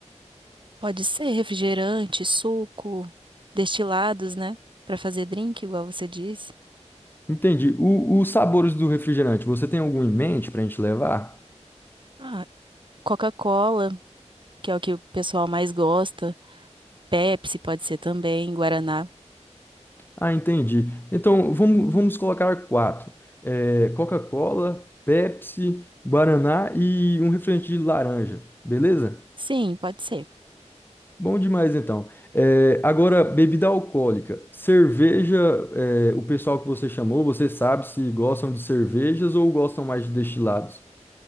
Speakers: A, on the right (about 45°); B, on the left (about 15°).
A: Pode ser refrigerante, suco, destilados, né? Pra fazer drink, igual você disse.
B: Entendi. O- os sabores do refrigerante, você tem algum em mente pra gente levar?
A: Ah, Coca-Cola, que é o que o pessoal mais gosta. Pepsi pode ser também, Guaraná.
B: Ah, entendi. Então vamos, vamos colocar quatro: É, Coca-Cola, Pepsi, Guaraná e um refrigerante de laranja, beleza?
A: Sim, pode ser.
B: Bom demais, então. É, agora, bebida alcoólica. Cerveja, é, o pessoal que você chamou, você sabe se gostam de cervejas ou gostam mais de destilados?